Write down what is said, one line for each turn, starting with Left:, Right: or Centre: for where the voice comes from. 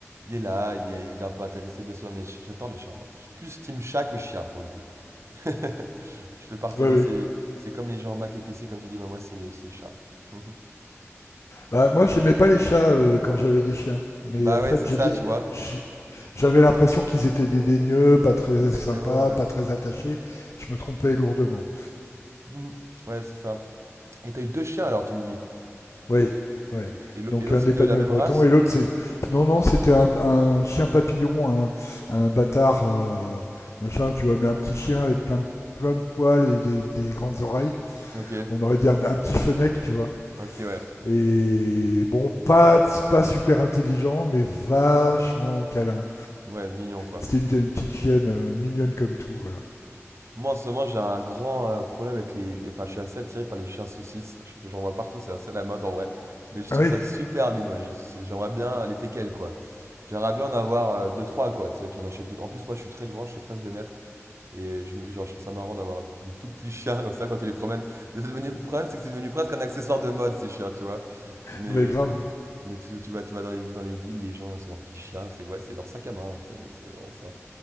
Right: il est là. Il est, il est un peu intéressé, bien sûr. Mais j- j'adore les chats, moi. Je suis plus team chat que chien, pour le coup. <laughs> Je fais partie
Left: Oui,
Right: de
Left: oui.
Right: ces. C'est comme les gens Mac et PC, comme tu dis, mais moi, c'est c'est chat. <laughs>
Left: Bah, moi, j'aimais pas les chats euh, quand j'avais des chiens. Mais
Right: Bah
Left: en
Right: ouais,
Left: fait,
Right: c'est
Left: j'ai
Right: ça,
Left: des-
Right: tu vois.
Left: j'ai- J'avais l'impression qu'ils étaient dédaigneux, pas très
Right: Exactement,
Left: sympas,
Right: ouais.
Left: pas très attachés. Je me trompais lourdement.
Right: Mm. Ouais, c'est ça. Et t'as eu deux chiens alors, tu me dis.
Left: Oui, ouais.
Right: Et, et l'au-
Left: Donc
Right: et l'autre,
Left: un
Right: c'était
Left: d'Épagnol
Right: la même
Left: breton
Right: race?
Left: et l'autre c'est non non c'était un, un chien papillon un, un bâtard euh, machin tu vois mais un petit chien avec plein de plein de poils et des, des grandes oreilles
Right: Ok,
Left: on aurait dit un, un petit fenec tu vois
Right: ok, ouais.
Left: et bon pas pas super intelligent mais vachement câlin
Right: Ouais, mignon, quoi.
Left: c'était une, une petite chienne euh, mignonne comme tout voilà
Right: Moi, en ce moment, j'ai un grand euh, problème avec les, les- Enfin, je suis assez attiré par les chiens saucisses. Je- J'en vois partout, c'est assez la mode en vrai. Mais je
Left: Ah
Right: trouve
Left: oui
Right: ça super mignon, les chiens saucisses. J'aimerais bien les teckels, quoi. J'aimerais bien en avoir euh, deux, trois, quoi. Tu sais, tu en achètes deux. En plus, moi, je suis très grand, je fais presque 2 mètres. Et je, me- genre, je trouve ça marrant d'avoir des tout petits chiens comme ça quand tu les promènes. Mais c'est devenu, le problème, c'est que c'est devenu presque un accessoire de mode, ces chiens, tu vois. Mais,
Left: mais grave
Right: mais tu, tu vas, tu vas dans les, dans les villes, les gens, c'est leurs petits chiens. C'est ouais, c'est leur sac à main. C'est c'est vraiment ça.